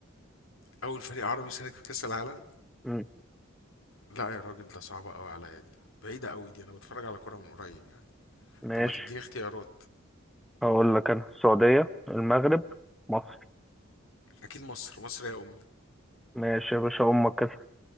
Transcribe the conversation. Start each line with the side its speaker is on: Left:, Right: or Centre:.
Left: أول فريق عربي شارك في كأس العالم
Centre: مم.
Left: لا يا راجل ده صعبة أوي عليا دي بعيدة أوي دي أنا بتفرج على كورة من قريب يعني
Centre: ماشي
Left: طب ما تديني اختيارات
Centre: هقول لك أنا السعودية المغرب مصر
Left: أكيد مصر مصر يا أمي
Centre: ماشي يا باشا أمك كسب